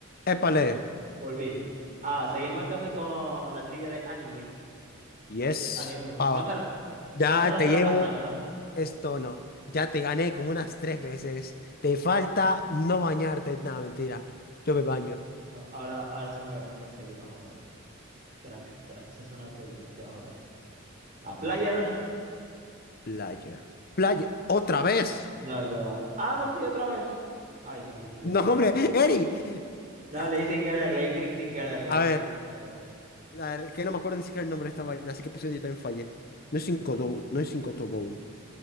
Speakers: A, on the left; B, on the right.
A: Épale,
B: Volví. Ah, seguimos entonces con la trivia de anime.
A: yes,
B: De anime.
A: ah,
B: No, cer-
A: ya
B: no cerraste
A: te
B: la
A: llevo
B: página, ¿verdad?
A: esto, no, ya te gané como unas tres veces, te falta no bañarte, nada, mentira, yo me baño,
B: No, ahora, ahora sí me voy a poner en serio, vas a ver. Traca, traca, se suena el cuello, ya vas a ver. A player.
A: player, playa, otra vez,
B: No, ya va. Ah, no, sí, otra vez. Ay, no, le di sin
A: no,
B: querer.
A: hombre, Eri,
B: No,
A: Ah,
B: le di sin querer, le di clic sin querer, le
A: a
B: di
A: ver,
B: clic sin querer.
A: a ver, que no me acuerdo ni siquiera el nombre de esta vaina, así que puse yo también fallé, no es cinco do- no es 5 Tobón,